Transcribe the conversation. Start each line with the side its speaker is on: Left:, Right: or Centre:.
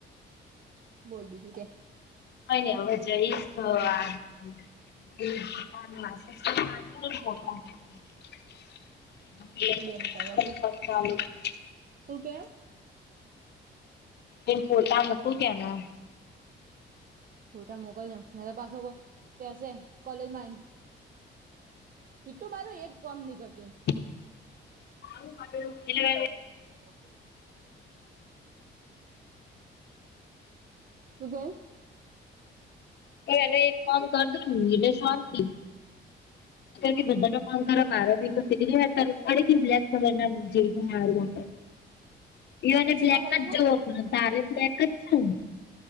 Right: બોલ બીજું કે.
Left: કઈ ની હવે જઈશ આ <inaudible> <inaudible>
Right: બે મિનિટ ચાલુ રાખજે શું કે હ?
Left: એ ફોતા મૂકું ત્યાંનો
Right: ફોટા મોકલ જા પાસો કેસે કોલેજમાં આઇન કીટું મારું એક કોમ નહી કરતી.
Left: <inaudible>
Right: શું કેહ
Left: તો એલે એક કામ કરી દો એટલે શાંતિ. કે બધાનો ફન કર મારે તો સીગ તાર પડી બ્લેક કલર ના જી મારવા એને
Right: ચેયા
Left: બ્લેક
Right: કલર
Left: જ
Right: ના
Left: જોવો પડ તારે બ્લેક જ છેને.